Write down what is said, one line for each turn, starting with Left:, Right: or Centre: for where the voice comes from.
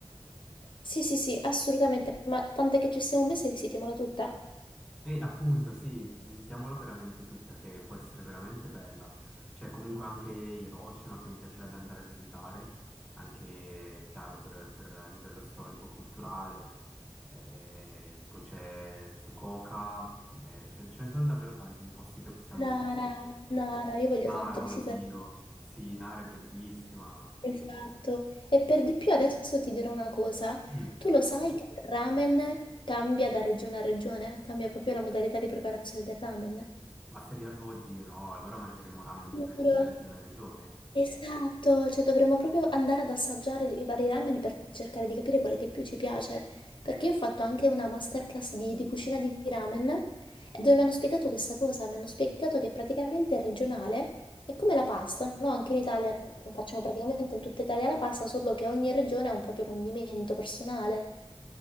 Left: Sì, sì, sì, assolutamente, ma tant'è che ci siamo messi e visitiamola tutta.
Centre: E appunto, sì, visitiamola veramente tutta, che può essere veramente bella. C'è comunque anche Hiroshima che mi piacerebbe andare a visitare, anche chiaro per, per a livello storico-culturale. Eh, poi c'è Fukuoka, eh, ce, ce ne sono davvero tanti di posti che possiamo
Left: Nara,
Centre: visitare.
Left: Nara, io voglio
Centre: Nara,
Left: tanto visitare
Centre: oddio, sì, Nara è bellissima.
Left: Esatto, e per di più adesso ti dirò una cosa,
Centre: Mm,
Left: tu lo sai che il ramen cambia da regione a regione, cambia proprio la modalità di preparazione del ramen?
Centre: ma se, ri- oddio, no, allora mangeremo ramen diversi
Left: Giuro.
Centre: da regione a regione.
Left: Esatto, cioè dovremmo proprio andare ad assaggiare i vari ramen per cercare di capire quale che più ci piace, perché io ho fatto anche una masterclass di, di cucina di ramen e dove mi hanno spiegato questa cosa, mi hanno spiegato che praticamente è regionale, è come la pasta, no? Anche in Italia facciamo praticamente in tutta Italia la pasta, solo che ogni regione ha un proprio condimento personale